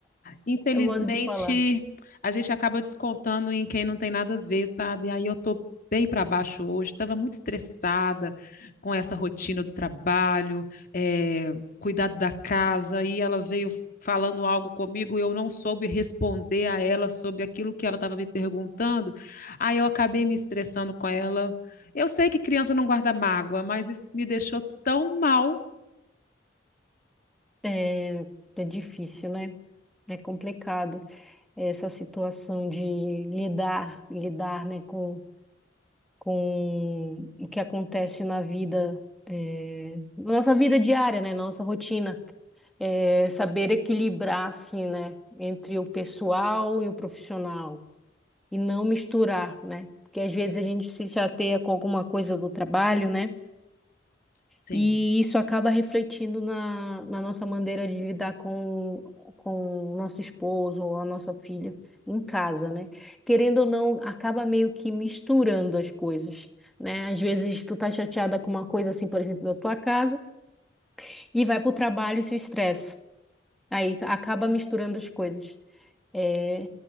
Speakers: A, on the left; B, in the centre.
A: Infelizmente,
B: é o modo de falar.
A: a gente acaba descontando em quem não tem nada a ver, sabe? Aí eu tô bem para baixo hoje, estava muito estressada com essa rotina do trabalho, eh, cuidado da casa, e ela veio falando algo comigo e eu não soube responder a ela sobre aquilo que ela estava me perguntando, aí eu acabei me estressando com ela. Eu sei que criança não guarda mágoa, mas isso me deixou tão mal.
B: É, é difícil, né? É complicado. essa situação de lidar, lidar, né, com, com o que acontece na vida, eh, na nossa vida diária, né, na nossa rotina. Eh, saber equilibrar, assim, né, entre o pessoal e o profissional e não misturar, né, porque às vezes a gente se chateia com alguma coisa do trabalho, né,
A: Sim.
B: e isso acaba refletindo na, na nossa maneira de lidar com, com o nosso esposo ou a nossa filha em casa, né? Querendo ou não, acaba meio que misturando as coisas, né? Às vezes tu tá chateada com uma coisa assim, por exemplo, da tua casa, e vai pro trabalho e se estressa. Aí acaba misturando as coisas. É,